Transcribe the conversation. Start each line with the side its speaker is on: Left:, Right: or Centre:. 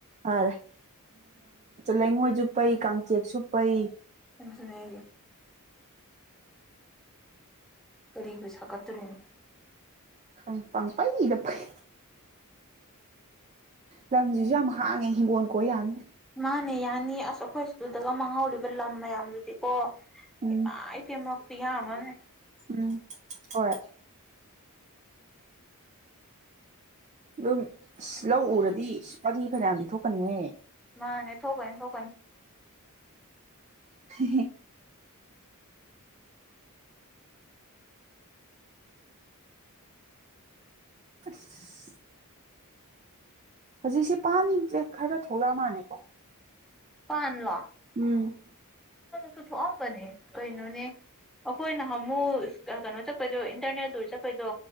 Right: ꯑꯔꯦ ꯂꯩꯉꯣꯏꯁꯨ ꯄꯩ ꯀꯥꯡꯆꯦꯛꯁꯨ ꯄꯩ
Centre: ꯅꯦ ꯀꯔꯤꯕ ꯁꯀꯠꯇ꯭ꯔꯅꯤ
Right: ꯪ ꯄꯪꯄꯥꯏꯗꯄꯥꯏ ꯂꯝꯁꯤꯁꯨ ꯌꯥꯝ ꯍꯥꯡꯉꯦ ꯍꯤꯡꯒꯣꯜ ꯀꯣ ꯌꯥꯅꯤ
Centre: ꯃꯥꯅꯦ ꯌꯥꯅꯤ ꯑꯁ ꯑꯩꯈꯣꯏ ꯑꯗꯨꯗꯒ ꯃꯥꯡꯍꯧꯔꯤꯕ ꯂꯝ ꯃꯌꯥꯝꯗꯨꯗꯤꯀꯣ
Right: ꯎꯝ
Centre: ꯏꯄꯥ ꯏꯄꯦꯝꯃ ꯐꯤ ꯌꯥꯃꯅꯦ
Right: ꯎꯝ ꯍꯣꯏ ꯑꯗꯨꯝ ꯂꯧ ꯎꯔꯗꯤ ꯄꯔꯤ ꯐꯅꯗꯤ ꯊꯣꯛꯀꯅꯤꯍꯦ
Centre: ꯃꯥꯅꯦ ꯊꯣꯛꯀꯅꯤ ꯊꯣꯛꯀꯅꯤ
Right: ꯍ ꯑꯁ ꯍꯧꯖꯤꯛꯁꯦ ꯄꯥꯟꯁꯦ ꯈꯔ ꯊꯣꯛꯂꯛꯑ ꯃꯥꯜꯅꯦꯀꯣ
Centre: ꯐꯟꯂꯣ
Right: ꯎꯝ
Centre: ꯁꯨ ꯊꯣꯛꯑꯝꯕꯅꯦ ꯀꯩꯅꯣꯅꯦ ꯑꯩꯈꯣꯏꯅ ꯍꯥꯃꯨꯛ ꯀꯩꯅꯣ ꯆꯠꯄꯗꯣ ꯏꯟꯇꯔꯅꯦꯠꯇ ꯆꯄ ꯑꯩꯈꯣꯏꯗꯣ